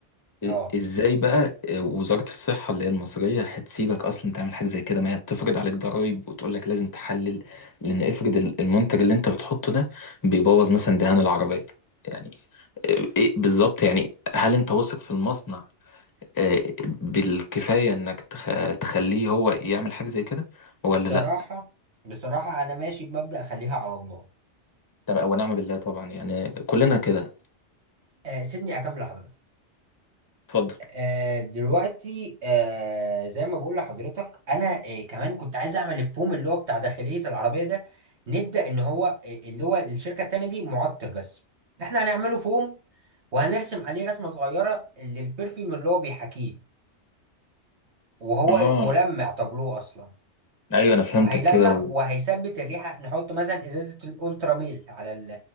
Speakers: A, on the right (about 65°); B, on the left (about 20°).
A: اه
B: إ- ازاي بقى وزارة الصحة اللي هي المصرية هتسيبك اصلا تعمل حاجة زي كده ما هي بتفرض عليك ضرائب وتقول لك لازم تحلل لان افرض ال- المنتج اللي انت بتحطه ده بيبوظ مثلا دهان العربية يعني ايه بالظبط يعني هل انت واثق في المصنع آه، بالكفاية انك تخ... تخليه هو يعمل حاجة زي كده ولا
A: بصراحة
B: لا
A: بصراحة أنا ماشي بمبدأ خليها على الله
B: طب ونعم بالله طبعا يعني كلنا كده
A: آه سيبني أكمل لحضرتك
B: اتفضل
A: آه دلوقتي آه زي ما بقول لحضرتك أنا آه كمان كنت عايز أعمل الفوم اللي هو بتاع داخلية العربية ده نبدأ إن هو آه، اللي هو الشركة التانية دي معطر بس إحنا هنعمله فوم وهنرسم عليه رسمة صغيرة للبرفيوم اللي هو بيحاكيه وهو
B: اه
A: ملمع تابلوه أصلا
B: ايوه انا فهمتك
A: وهيلمع
B: كده و...
A: وهيثبت الريحه نحط مثلا ازازه الالترا ميل على ال-